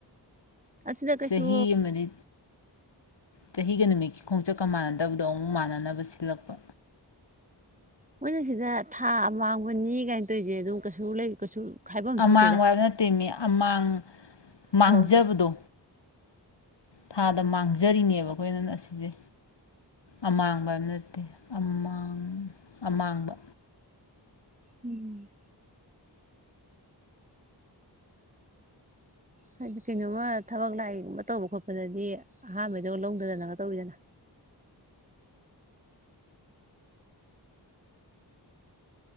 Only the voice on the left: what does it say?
ꯆꯍꯤ ꯑꯃꯅꯤ ꯆꯍꯤꯒ ꯅꯨꯃꯤꯠ ꯈꯣꯡꯆꯠꯀ ꯃꯥꯟꯅꯗꯕꯗꯣ ꯑꯃꯨꯛ ꯃꯥꯟꯅꯅꯕ ꯁꯤꯜꯂꯛꯄ
ꯑꯃꯥꯡꯕ
ꯍꯥꯌꯕ ꯅꯇꯦꯃꯤ ꯑꯃꯥꯡ ꯃꯥꯡꯖꯕꯗꯣ
ꯊꯥꯗ ꯃꯥꯡꯖꯔꯤꯅꯦꯕ ꯑꯩꯈꯣꯏꯅ ꯉ ꯑꯁꯤꯁꯦ ꯑꯃꯥꯡꯕ ꯅꯠꯇꯦ ꯑꯃꯥꯡ ꯑꯃꯥꯡꯕ